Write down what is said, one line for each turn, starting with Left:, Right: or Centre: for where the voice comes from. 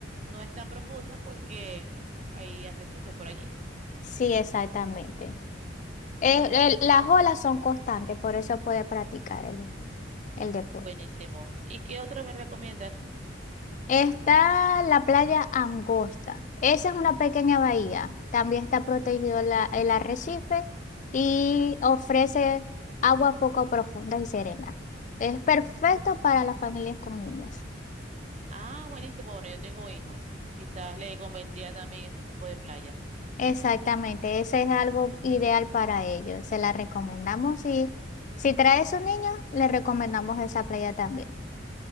Right: no es tan profunda porque hay arrecifes por allí.
Left: Sí, exactamente. Eh,
Right: Ujú.
Left: el- las olas son constantes, por eso puede practicar el, el deporte.
Right: Buenísimo. ¿Y qué otro me recomiendas?
Left: Está la playa Angosta. Esa es una pequeña bahía. También está protegido la- el arrecife y ofrece agua poco profunda y serena. Es perfecto para las familias con niños.
Right: Ah, buenísimo. Bueno, yo tengo hijos. Quizás le convendría también ese tipo de playa.
Left: Exactamente, ese es algo ideal para ellos. Se la recomendamos y si trae su niño, le recomendamos esa playa también.